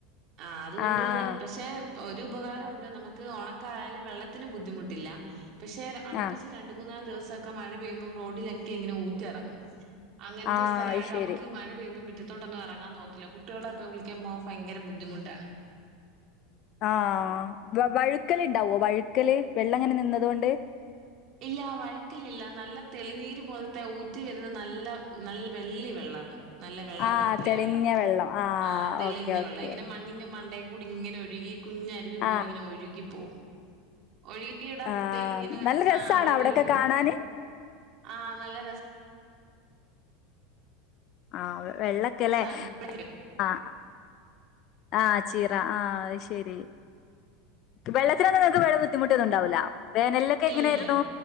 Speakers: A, on the right; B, on the left.
A: ആ അതുകൊണ്ട്
B: ആഹ് ആഹ്
A: പക്ഷെ ഒരു ഉപകാരമുണ്ട് നമുക്ക് ഉണക്കായാലും വെള്ളത്തിനും ബുദ്ധിമുട്ടില്ല പക്ഷെ അടുപ്പിച്ച്
B: ആഹ്
A: രണ്ടു മൂന്നാല് ദിവസം ദിവസയൊക്കെ മഴ പെയ്യുമ്പോ റോഡിലൊക്കെ ഇങ്ങനെ ഊറ്റ് ഇറങ്ങും അങ്ങനത്തെ
B: ആഹ്
A: സ്ഥലംയായൊണ്ട്
B: അയ്ശരി
A: നമ്മുക്ക് ഈ മഴ പെയുമ്പോ മുറ്റത്തോട്ടോന്നും ഇറങ്ങാൻ തോന്നത്തില്ല കുട്ടികളൊക്കെ വിളിക്കാൻ പോവുമ്പോ ഭയങ്കര ബുദ്ധിമുട്ടാണ്
B: ആഹ വ വഴുക്കല് ഉണ്ടാവോ വഴുക്കല് വെള്ളം ഇങ്ങനെ നിന്നതുകൊണ്ട്
A: ഇല്ല വഴുക്കില്ലില്ല നല്ല തെളിനീര് പോലത്തെ ഊറ്റി വരുന്ന നല്ല നല്ല വെള്ളി വെള്ളമാണ് നല്ല വെള്ളം
B: ആഹ്
A: നിർത്തിലുള്ള
B: തെളിഞ്ഞ
A: വെള്ളം
B: ആഹ്
A: ആ തെളിഞ്ഞ
B: ഓക്കെ ഓക്കെ.
A: വെള്ളം ഇങ്ങനെ മണ്ണിന്റെ മണ്ടയികൂടെ അതിലുടെ ഇങ്ങനെ ഒഴുകി കുഞ്ഞയാരിവിപോലെ
B: ആഹ്
A: ഇങ്ങനെ ഒഴുകി പോവും ഒഴികി ഇടാൻ
B: ആഹ്
A: പ്രത്യേക ഇങ്ങനെ
B: നല്ല രസാണോ
A: ആ റോഡിലൂടെ
B: അവിടൊക്കെ കാണാന്?
A: ആ നല്ല രസം
B: ആ അതെ വെള്ളക്കല്ലേ
A: രസാണ് ഇല്ല
B: ആഹ ആഹ ചിറ ആഹ ശരി വെള്ളത്തിനൊന്ന നിങ്ങക്ക് വേറെ ബുദ്ധിമുട്ടൊന്നും ഉണ്ടാവൂല വേനലിലൊക്കെ
A: ഇല്ല
B: എങ്ങനെയായിരുന്നു?
A: ഇല്ല